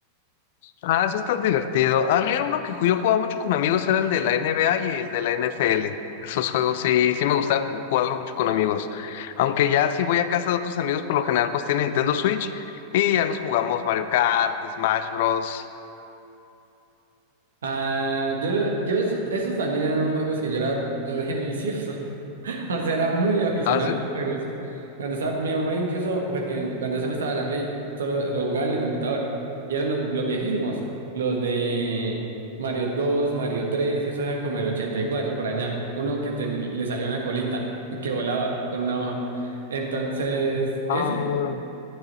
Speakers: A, on the left (about 50°); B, on the right (about 65°).
A: Ah, eso está divertido. A mí uno que yo jugaba mucho con amigos era el de la NBA y el de la NFL. Esos juegos sí, sí me gustaba jugarlo mucho con amigos. Aunque ya si voy a casa de otros amigos, por lo general pues tienen Nintendo Switch y ya nos jugamos Mario Kart, Smash Bros.
B: Ah, yo, yo esos, esos también eran unos juegos que yo era re vicioso. <laughs> O sea, era muy aficionado
A: ¿Ah, sí?
B: a los juegos. Cuando estaba, mi mamá incluso, porque cuando eso no estaba en la Play, solo lo jugaba en el computador. Y eran los, los viejísimos, los de Mario dos Mario tres esos eran como el 84 por allá. Uno que ten- le salió una colita <laughs> que volaba con una hoja. Entonces,
A: Ah,
B: eso